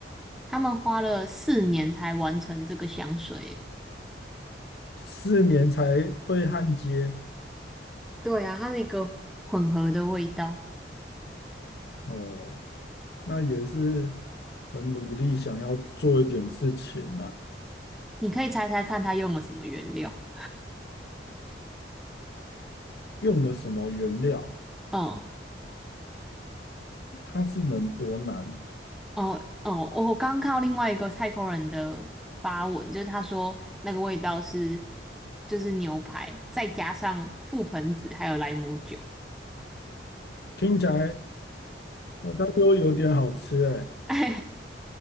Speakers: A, in the centre; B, on the left.
A: 他们花了四年才完成这个香水耶，
B: 四年才会焊接
A: 对啊，它是一个混合的味道。
B: 哦，那也是很努力想要做一点事情啊。
A: 你可以猜猜看，它用了什么原料？
B: 用了什么原料，
A: 嗯，
B: 它是能多难？
A: 哦哦，我刚刚看到另外一个泰国人的发文，就是他说那个味道是就是牛排，再加上覆盆子还有莱姆酒，
B: 听起来好像又有点好吃哎，
A: <laughs>